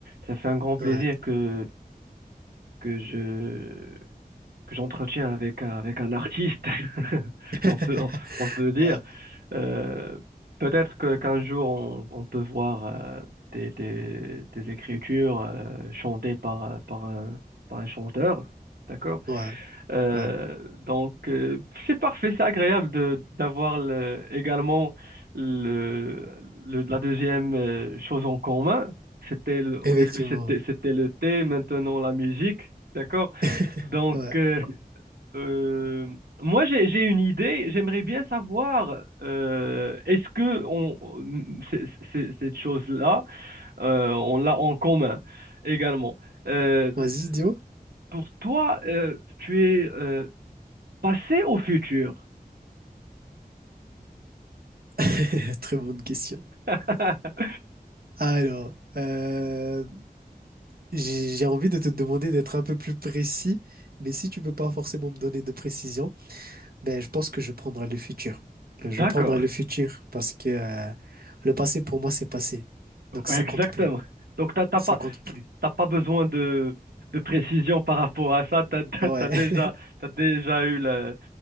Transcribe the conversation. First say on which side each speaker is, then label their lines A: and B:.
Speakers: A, on the right; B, on the right.
A: ça fait un grand plaisir
B: Ouais.
A: que, que je, que j'entretiens avec, un- avec un artiste, <laughs>
B: <laughs>
A: on peut, on, on peut dire.
B: Ouais,
A: Euh, peut-être que, qu'un jour, on, on peut voir euh, tes, tes, tes écritures euh, chantées par, un- par un, par un chanteur. D'accord?
B: ouais,
A: Euh,
B: ouais.
A: donc, euh, c'est parfait, c'est agréable de d'avoir le- également le, le- la deuxième euh, chose en commun. C'était le-
B: Effectivement.
A: au début, c'était
B: Ouais.
A: c'était le thé, maintenant la musique, d'accord?
B: <laughs>
A: Donc,
B: Ouais.
A: euh, euh, moi, j'ai j'ai une idée. J'aimerais bien savoir, euh, est-ce que on c'est- c'est- cette chose-là, euh, on l'a en commun également. Euh,
B: Vas-y, dis-moi.
A: pour toi, euh, tu es euh, Passé au futur.
B: <laughs> Très bonne question.
A: <laughs>
B: Alors, euh, j'ai j'ai envie de te demander d'être un peu plus précis, mais si tu peux pas forcément me donner de précision, Ben, je pense que je prendrai le futur. Euh,
A: D'accord,
B: Je prendrai le futur parce que euh, le passé pour moi c'est passé. Donc ça
A: exactement.
B: compte plus.
A: Donc, t'as t'as
B: Ça
A: pas,
B: compte plus.
A: t'as t'as pas besoin de, de précision par rapport à ça. T'as, t'as,
B: Ouais.
A: t'as déjà,
B: <laughs>
A: t'as déjà eu la-